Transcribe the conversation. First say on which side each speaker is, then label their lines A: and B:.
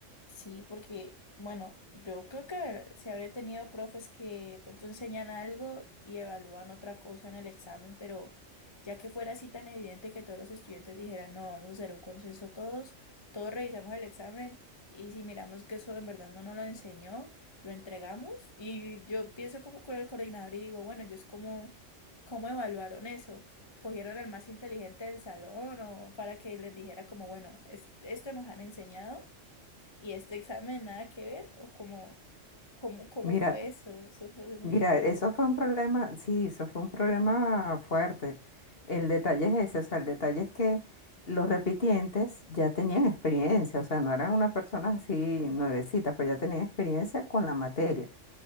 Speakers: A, on the left; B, on the left.
A: Sí, porque, bueno, yo creo que se habría tenido profes que pronto enseñan algo y evalúan otra cosa en el examen, pero ya que fuera así tan evidente que todos los estudiantes dijeran, no, vamos a hacer un consenso todos, todos revisamos el examen y si miramos que eso en verdad no nos lo enseñó, lo entregamos y yo pienso como con el coordinador y digo, bueno, ellos como, ¿cómo evaluaron eso? ¿Cogieron al más inteligente del salón o para que les dijera como, bueno, es- esto nos han enseñado? Y este examen nada que ver, o cómo, cómo, cómo
B: Mira,
A: fue eso, eso fue muy
B: mira,
A: raro.
B: eso fue un problema, sí, eso fue un problema fuerte. El detalle es ese, o sea, el detalle es que los repitientes ya tenían experiencia, o sea, no eran unas personas así nuevecitas, pues ya tenían experiencia con la materia.